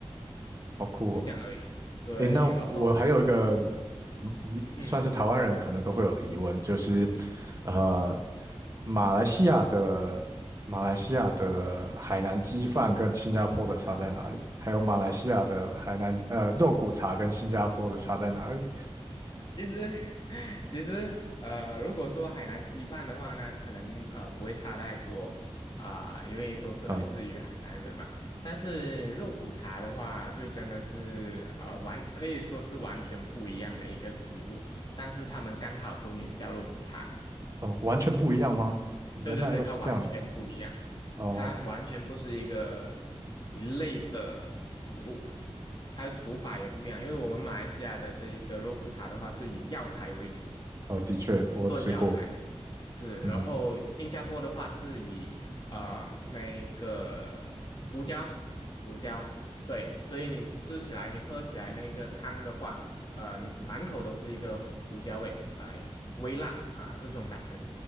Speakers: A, on the right; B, on the left.
A: 好酷哦。
B: 就这样而已。对，
A: 诶，那我还有一个
B: 然后
A: 嗯疑，
B: 嗯。
A: 算是台湾人可能都会有疑问，就是，呃，马来西亚的马来西亚的海南鸡饭跟新加坡的差在哪里？还有马来西亚的海南呃肉骨茶跟新加坡的差在哪里？
B: 其实，<laughs> 其实，呃，如果说海南鸡饭的话呢，可能呃不会差太多啊、因为都是来自于海南人嘛。
A: 呃，
B: 但是肉骨茶的话，就真的是呃完可以说是完全不一样的一个食物，但是他们刚好都名叫肉骨茶。
A: 哦，完全不一样吗？原来又是这样
B: 对对对，它完全不一样，
A: 哦
B: 它完全不是一个一类的食物，它的煮法也不一样。因为我们马来西亚的这一个肉骨茶的话，是以药材为主。
A: 哦，的确我吃过，
B: 炖药材。是，
A: 嗯，
B: 然后新加坡的话是以呃那个胡椒，胡椒，对，所以你吃起来，你喝起来那个汤的话，呃，你满口都是一个胡椒味，啊、微辣啊、这种感觉。